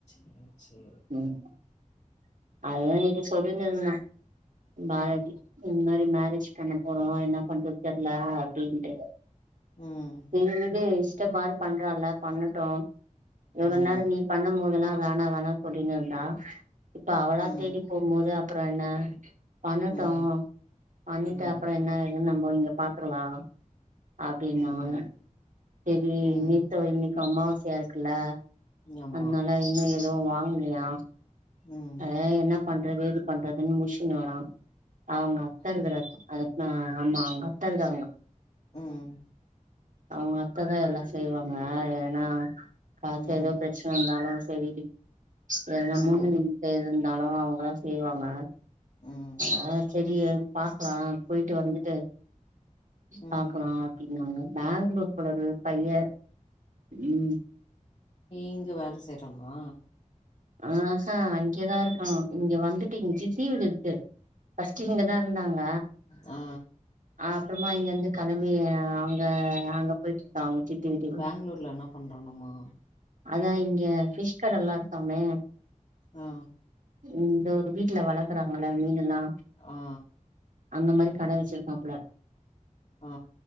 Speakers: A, on the left (about 55°); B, on the right (about 75°).
A: ம் சேரி
B: ம் அதா நேத்து சொல்லினுருந்தா பாரதி
A: ம்
B: இந்த மாரி மேரேஜ் பண்ண போறோ என்ன பண்றத் தெர்ல அப்டின்ட்டு
A: ம்
B: எங்களுக்கே இஷ்டப்பாடு பண்றால்ல பண்ணட்டு எவ்ளோ
A: ம்
B: நேர நீ பண்ணு போதெல்லா வேணா வேணா சொல்லின் இருந்தா இப்ப அவளா
A: ம்
B: தேடி போம் போது அப்புற என்ன பண்ணட்டு
A: ம்
B: பண்ணிட்டு
A: ம்
B: அப்புற என்ன ஏதுன் நம்ப இங்க பாத்துக்கலா அப்டின்னாங்க
A: ம் ம்
B: செரி
A: ம்
B: நேத்தோ இன்னைக்கோ அம்மாவாசையா இருக்குல்ல
A: ஆமா
B: அத்னால இன்னு எதுவு வாங்கலியா
A: ம்
B: அதா என்ன பண்றது ஏது பண்றதுன் மூச்சின் வரா அவங்க அத்த இருக்கற
A: ம்
B: அத ஆ ஆமா அவுங்க அத்த இருக்காங்க
A: ம்
B: அவங்க அத்த தா எல்லா செய்வாங்க ஏனா பாத்து
A: ம்
B: ஏதோ பிரச்சன இருந்தாலு செரி சரி
A: ம் ம்
B: <unintelligible> இருந்தாலு அவுங்கல்லா செய்வாங்க
A: ம்
B: ஆ சேரி ஏது பாக்கலா போய்ட்டு வந்துட்டு பாக்கலா
A: ம்
B: அப்டின்னாங்க பேங்களூர் போலருக் பைய ம்
A: இங்க வேல செய்றானா
B: ஆஹா இங்கதா இருக்கா இங்க வந்துட்டு இங்க சித்தி வீடு இருக்கு ஃபஸ்ட்டு இங்கதா இருந்தாங்க
A: ஆ
B: அப்புறமா இங்க இந்து கெளம்பி ஆ ஆ அங்க போய்ட்ருக்கோ அவுங்க சித்தி வீட்டுக்கு
A: பேங்களூர்ல என்ன பண்றானாமா
B: அதா இங்க ஃபிஷ் கடல்லா இருக்காமே
A: ஆ
B: இந்த வீட்ல வளக்குறாங்கல்ல மீனெல்லா
A: ஆ
B: அந்த மாரி கடை வச்சிருக்காப்புல
A: ஆ